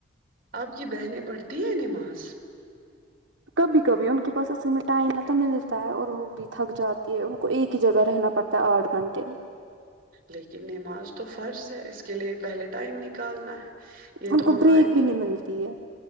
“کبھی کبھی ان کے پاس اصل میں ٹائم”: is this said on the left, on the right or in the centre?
Right